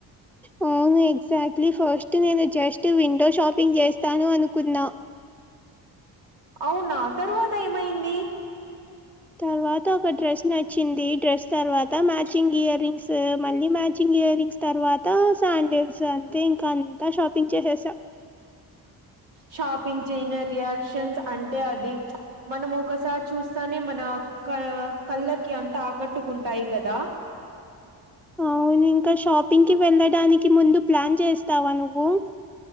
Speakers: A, in the centre; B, on the right.
A: ఊ అవును ఎక్సాక్ట్లీ ఫస్ట్ నేను జస్ట్ విండో షాపింగ్ చేస్తాను అనుకున్నా
B: అవునా తర్వాత ఏమయింది
A: తర్వాత ఒక డ్రెస్ నచ్చింది డ్రెస్ తర్వాత మ్యాచింగ్ ఇయర్ రింగ్స్ మళ్ళీ మ్యా చింగ్ ఇయర్ రింగ్స్ తర్వాత శాండిల్స్ అంతే ఇంకా అంతా షాపింగ్ చేసేసా
B: షాపింగ్ చేయన రియాక్షన్స్ అంటే అది మనం ఒకసారి చూస్ సనే మన క కళ్ళకి అంతా ఆకట్టుకుంటాయి కదా
A: ఊ అవును ఇంకా షాపింగ్కి వెళ్ళడానికి ముందు ప్లాన్ చేస్తావా నువ్వు